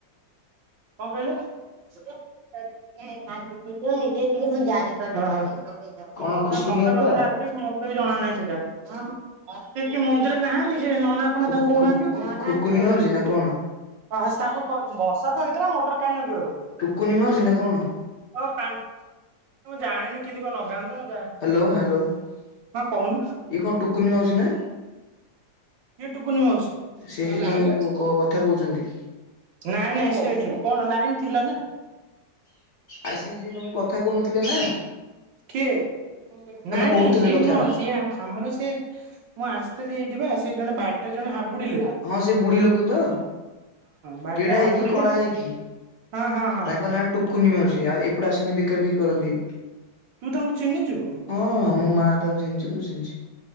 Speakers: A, on the right; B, on the left.
A: କଁ କହିଲ। <unintelligible> <unintelligible>
B: କଣ ଖୁକୁନି ଅପା
A: <unintelligible>
B: ଖୁ ଖୁ
A: <unintelligible>
B: ଖୁ ଖୁକୁନି ମାଉସୀ ନା କଣ? ଟୁକୁନି ମାଉଛି ନା କଣ।
A: <unintelligible>
B: ହାଲୋ ହାଲୋ ଇଏ
A: ହଁ କହୁନ
B: କଣ ଟୁକୁନି ମାଉସି ନା।
A: କିଏ ଟୁକୁନି ମାଉସୀ?
B: ସେ ଯିଏ
A: ଲାଇନ
B: ତମକୁ
A: ଅଛି
B: କ କଥା କହୁଛନ୍ତି।
A: ନାଇଁ ନାଇଁ।
B: ଆରେ ସିଏ ତମକୁ କଥା କହୁ ନଥିଲେ ଏଇନା।
A: କିଏ ନାଇଁ
B: କହୁଥିଲେ
A: ନାଇଁ ସିଏ
B: କଥା।
A: ନୁହଁ ସିଏ ଆ ଆମର ସିଏ ମୁଁ ଆସିଥିଲି ଏଇଠି ବା ସେ ଜଣେ ବାଟରେ ଜଣେ ହାବୁଡିଲେ।
B: ହଁ ସେ ବୁଢୀ ଲୋକ ତ
A: ବାଟରେ
B: ଗେଢା ହେଇକି
A: ହାବୁଡିଲେ
B: କଳା ହେଇକି।
A: ହଁ ହଁ ହଁ
B: ତାଙ୍କ ନାଁ ଟୁକୁନି ମାଉସୀ ଆଉ ଏପଟେ ଆସନ୍ତି ବିକା ବିକି କରନ୍ତି।
A: ତୁ ତାଙ୍କୁ ଚିହ୍ନିଛୁ।
B: ହଁ ମୋ ମା ତାଙ୍କୁ ଜିଣିିଛି ମୁଁ ଜିଣିିଛି।